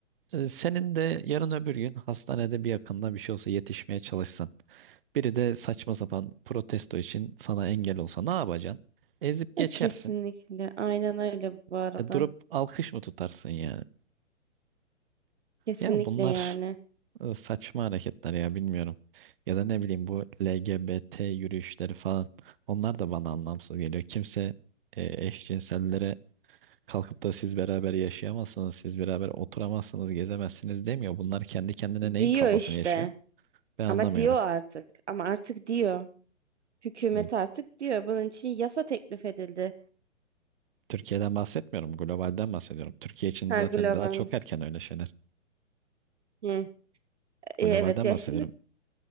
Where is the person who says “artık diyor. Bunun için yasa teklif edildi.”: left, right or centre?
Right